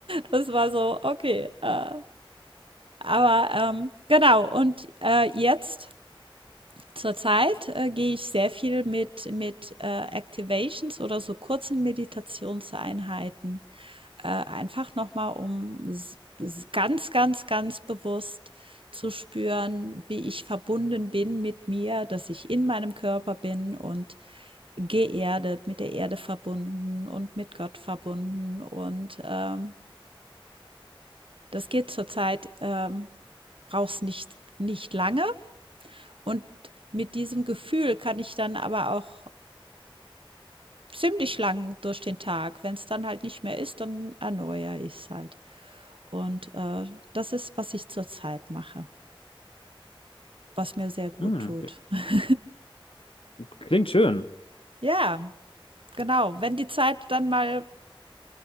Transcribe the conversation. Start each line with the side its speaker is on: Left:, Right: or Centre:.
Right: Das war so, okay. Äh, aber ähm, genau, und äh, jetzt zurzeit äh, gehe ich sehr viel mit, mit äh, Activations oder so kurzen Meditationseinheiten, äh, einfach nochmal, um s- s- ganz, ganz, ganz bewusst zu spüren, wie ich verbunden bin mit mir, dass ich in meinem Körper bin und geerdet, mit der Erde verbunden und mit Gott verbunden und ähm, das geht zurzeit, ähm, braucht's nicht nicht lange und mit diesem Gefühl kann ich dann aber auch ziemlich lang durch den Tag Wenn es dann halt nicht mehr ist, dann erneuere ich es halt. Und, äh, das ist, was ich zurzeit mache, was mir sehr gut
Left: Hm,
Right: tut. <laughs>
Left: klingt schön.
Right: Ja, genau. Wenn die Zeit dann mal ein